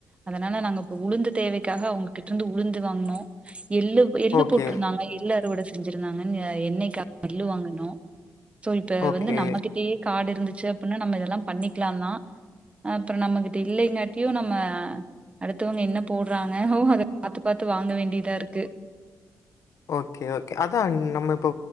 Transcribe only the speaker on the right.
அதனால நாங்க இப்ப உளுந்து தேவைக்காக அவங்ககிட்ட இருந்து உளுந்து வாங்கினோம் எள்ளு எள்ளு
போட்டிருந்தாங்க எள்ளு அறுவட செஞ்சிருந்தாங்கன்னு எண்ணயக்கு எள்ளு வாங்கனோ சோ இப்ப
வந்து நம்மகிட்டயே காடு இருந்துச்சு அப்டின்னா நம்ம இதெல்லாம் பண்ணிக்கலாம் தான் அப்பறம் நம்மகிட்ட இல்லைங்காட்டியும் நம்ம அடுத்தவங்க என்ன போடுறாங்க அத பாத்து பாத்து வாங்க வேண்டியதா இருக்கு